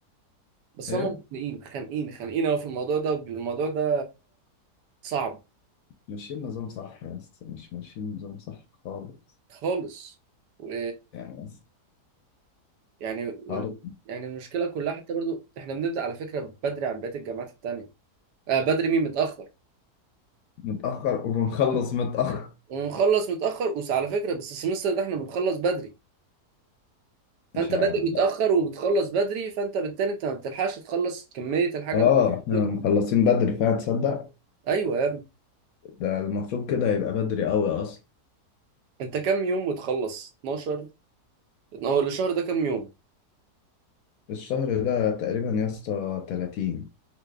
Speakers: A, on the right; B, on the left.
A: بس
B: ايه
A: هم مخانقين خانقين خانقين قوي في الموضوع ده والموضوع ده صعب
B: ماشيين نظام صح يا اسطى مش ماشيين نظام صح خالص
A: خالص و...
B: يعني بس
A: يعني وال...
B: هارد
A: يعني المشكله كلها حتى برضو احنا بنبدا على فكره بدري عن بقيه الجامعات التانيه آه بدري مين متاخر
B: متاخر وبنخلص متاخر
A: ونخلص متاخر وعلى فكره بس السمستر ده احنا بنخلص بدري فانت
B: مش عارف
A: بادئ متاخر وبتخلص بدري فانت بالتالي انت ما بتلحقش تخلص كميه الحاجه
B: اه
A: اللي
B: احنا
A: بتاخدها
B: مخلصين بدري فعلا تصدق
A: ايوه يا ابني
B: ده المفروض كده يبقى بدري قوي اصلا
A: انت كام يوم وتخلص 12 هو الشهر ده كام يوم
B: الشهر ده تقريبا يا اسطى 30